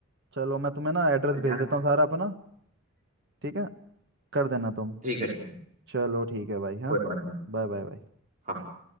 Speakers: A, on the right; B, on the right.
A: चलो मैं तुम्हें ना एड्रेस
B: और यहाँ-
A: भेज देता हूँ सारा अपना ठीक है कर देना तुम
B: ठीक है ठीक है
A: चलो ठीक है भाई हाँ
B: कोई बात नहीं
A: Bye bye bye
B: हाँ